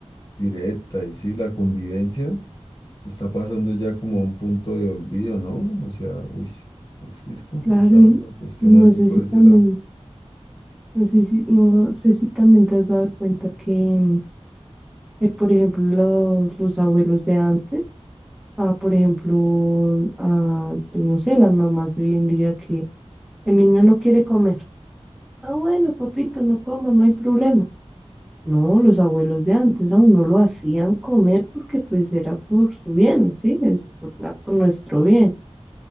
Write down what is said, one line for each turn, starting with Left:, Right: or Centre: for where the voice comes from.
Left: directa, y sí, la convivencia está pasando ya como a un punto de olvido, ¿no? O sea, uy, es que es complicado
Centre: claro. y
Left: esa cuestión
Centre: No
Left: así
Centre: sé
Left: por
Centre: si
Left: ese
Centre: también,
Left: lado.
Centre: no sé si, no sé si también te has dado cuenta que, mm, eh, por ejemplo, los, los abuelos de antes, ah por ejemplo, ah pues no sé, las mamás de hoy en día que el niño no quiere comer. Ah, bueno, papito, no como, no hay problema. No, los abuelos de antes aún no lo hacían comer porque pues era por su bien, ¿sí? Es por, la- por nuestro bien.